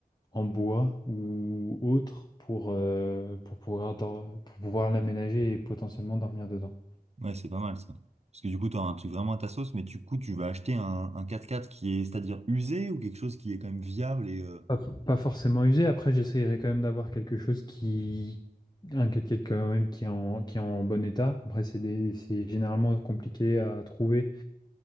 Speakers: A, on the left (about 25°); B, on the right (about 45°).
A: en bois ou autre pour, euh, pour pouvoir, dor- pour pouvoir l'aménager et potentiellement dormir dedans.
B: Ouais, c'est pas mal ça. Parce que du coup, t'auras un truc vraiment à ta sauce, mais du coup, tu vas acheter un, un quatre quatre qui est, c'est-à-dire usé ou quelque chose qui est quand même viable et euh,
A: Pas, f- pas forcément usé, après j'essayerai quand même d'avoir quelque chose qui... Un 4 quand même qui est en, qui est en bon état. Après, c'est des- c'est généralement compliqué à trouver